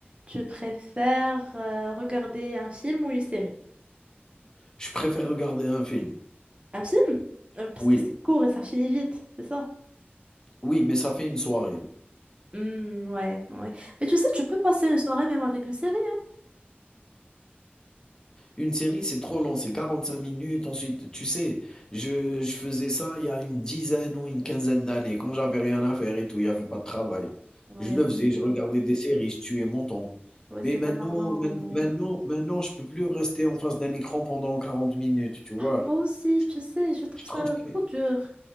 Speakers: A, on the right; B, on the left.
A: tu préfères euh, regarder un film ou une série?
B: Je préfère regarder un film.
A: Un film? Euh, parce
B: Oui,
A: que c'est court et ça finit vite, c'est ça?
B: oui, mais ça fait une soirée.
A: Hmm, ouais, ouais. Mais tu sais, tu peux passer une soirée même avec une série,
B: Une série, c'est trop long, c'est 45 minutes. Ensuite, tu sais, je, je faisais ça il y a une dizaine ou une quinzaine d'années, quand j'avais rien à faire et tout, il y avait pas de travail.
A: hein. Ouais,
B: Je le
A: c'est
B: faisais, je
A: ça.
B: regardais des séries, je tuais mon temps.
A: Ouais,
B: Mais
A: c'est
B: maintenant,
A: vraiment...
B: main-
A: ouais.
B: maintenant, maintenant, je peux plus rester en face d'un écran pendant 40 minutes, tu vois?
A: Moi aussi,
B: Je
A: tu
B: trouve
A: sais, je trouve
B: je
A: ça
B: trouve que...
A: trop dur.